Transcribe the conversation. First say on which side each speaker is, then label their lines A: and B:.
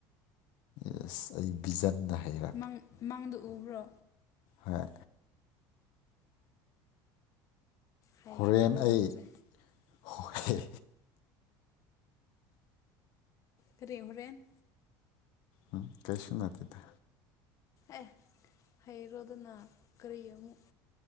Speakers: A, on the left; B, on the left.
A: ꯌꯦꯁ ꯑꯩ ꯕꯤꯖꯟꯅ ꯍꯥꯏꯕ
B: ꯃꯪ ꯃꯪꯗ ꯎꯕ꯭ꯔꯣ
A: ꯍꯣꯏ
B: ꯍꯩꯔꯦꯗ
A: ꯍꯣꯔꯦꯟ ꯑꯩ
B: ꯅꯪꯁꯦ
A: ꯍꯣꯏ
B: ꯀꯔꯤ ꯍꯣꯔꯦꯟ
A: ꯎꯝ ꯀꯩꯁꯨ ꯅꯠꯇꯦꯗ
B: ꯑꯦ ꯍꯩꯔꯣꯗꯅ ꯀꯔꯤ ꯑꯃꯨꯛ